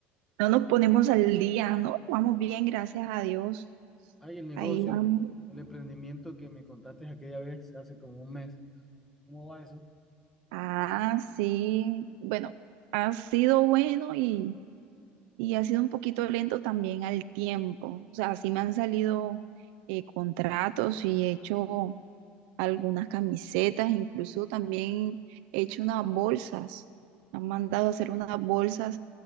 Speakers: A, on the right; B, in the centre.
A: no nos ponemos al día, ¿no? Vamos bien, gracias a Dios.
B: Hay el negocio,
A: Ahí vamos.
B: el emprendimiento que me contaste aquella vez, hace como un mes. ¿Cómo va eso?
A: Ah, sí. Bueno, ha sido bueno y, y ha sido un poquito lento también al tiempo. O sea, sí me han salido eh, contratos y he hecho algunas camisetas, incluso también he hecho unas bolsas. Han mandado a hacer unas bolsas